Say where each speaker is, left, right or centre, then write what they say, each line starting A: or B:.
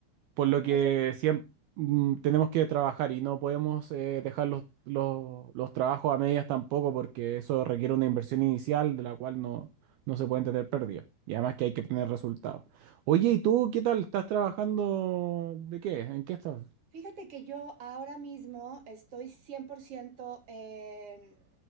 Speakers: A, on the right; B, on the right.
A: por lo que
B: O sea,
A: siempre mm, tenemos que trabajar y no podemos eh, dejar los, los, los trabajos a medias tampoco, porque eso requiere una inversión inicial de la cual no, no se pueden tener pérdidas. Y además que hay que obtener resultados. Oye, ¿y tú qué tal? ¿Estás trabajando de qué? ¿En qué estás?
B: fíjate que yo ahora mismo estoy 100% en,